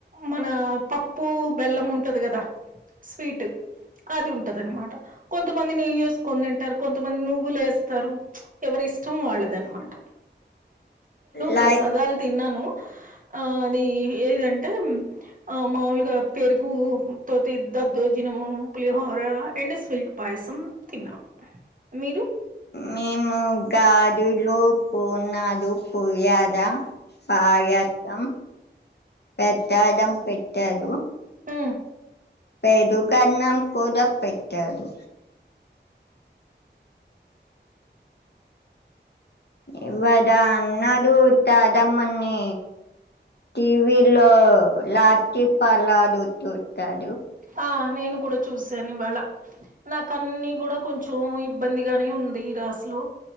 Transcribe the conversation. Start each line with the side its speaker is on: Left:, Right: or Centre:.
Right: మన ప పప్పు బెల్లం ఉంటంది కదా స్వీట్ అది ఉంటు నమాట కొంతమంది నయ చేసుకొని తింటారు కొంతమంది నువ్వులే వస్తారు ఎవరి ఇష్టం వాళ్ళ అదన మాట
Left: ఆ
Right: ప్రసాదాలు తిన్నాను ఆ అది ఏదంటే ఆ మాములుగా పెరుగు తో దద్దోజ పులిహోర అండ్ స్వీట్ పాయసం తిన్నాము నువ్వు
Left: మేము గాదులో పూర్ణాలు ఉన్నాదు పోయి గ్యారా పాయత్తం ప్రాసాదం పెట్టాదు
Right: అ
Left: పేరుగన్నం కుద పెట్టదు. ఇవ్వదా అన్నడు తాదమ్మన్ని టీవీలో లాస్ట్ పలా దుతుతాడు
Right: ఆ నేను కూడా చూసాను ఇవాళ నాకన్నీ కూడా కొంచెం ఇబ్బందిగానే ఉంది ఇ అస్లు